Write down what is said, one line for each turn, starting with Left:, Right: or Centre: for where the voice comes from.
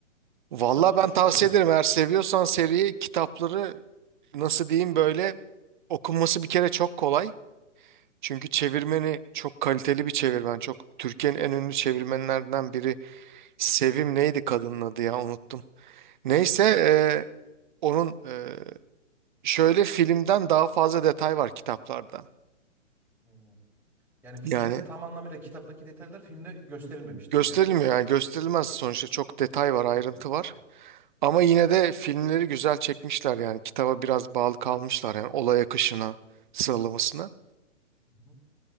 Right: Valla
Centre: Kitaplarını
Right: ben
Centre: hiç
Right: tavsiye
Centre: okumadım.
Right: ederim eğer seviyorsan seriyi kitapları nasıl diyeyim böyle okunması bir kere çok kolay. Çünkü çevirmeni çok kaliteli bir çevirmen. Çok Türkiye'nin en ünlü çevirmenlerinden biri. Sevim neydi kadının adı ya unuttum. Neyse e, onun e, şöyle filmden daha fazla detay var kitaplarda.
Centre: Hmm. Yani filmde
Right: Yani
Centre: tam anlamıyla kitaptaki detaylar filmde gösterilmemiş
Right: gösterilmiyor
Centre: değil mi yani?
Right: yani gösterilmez sonuçta çok detay var
Centre: Hmm.
Right: ayrıntı var. Ama yine de filmleri güzel çekmişler yani kitaba biraz bağlı kalmışlar yani olay akışına, sıralamasına.
Centre: Hı hı.